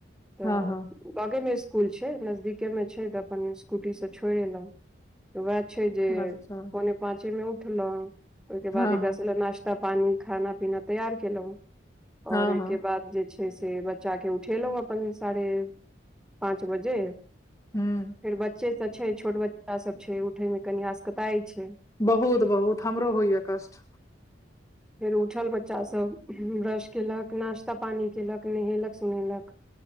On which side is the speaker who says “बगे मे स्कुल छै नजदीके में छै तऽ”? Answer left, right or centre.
Centre